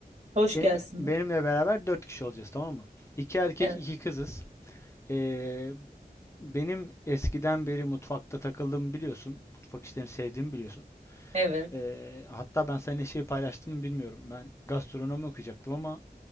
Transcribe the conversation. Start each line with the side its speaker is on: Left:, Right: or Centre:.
Right: hoş
Left: Benim,
Right: gelsin.
Left: benimle beraber dört kişi olacağız tamam mı? İki erkek
Right: Evet.
Left: iki kızız. Ee, benim eskiden beri mutfakta takıldığımı biliyorsun. Mutfak işlerini sevdiğimi biliyorsun.
Right: Evet.
Left: Ee, hatta ben seninle şey paylaştım mı bilmiyorum. Ben gastronomi okuyacaktım ama